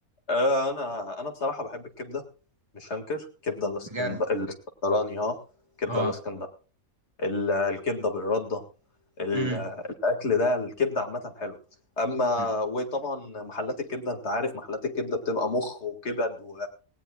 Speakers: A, on the left; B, on the right.
A: آه، انا انا بصراحه بحب الكبده مش هنكر كبده الاسكندراني
B: بجد
A: الاسكندراني اه كبده
B: اه
A: الاسكندراني ال- الكبده بالرده ال-
B: امم
A: الاكل ده الكبده عامه حلو اما
B: أمم.
A: وطبعا محلات الكبده انت عارف محلات الكبده بتبقى مخ وكبد و...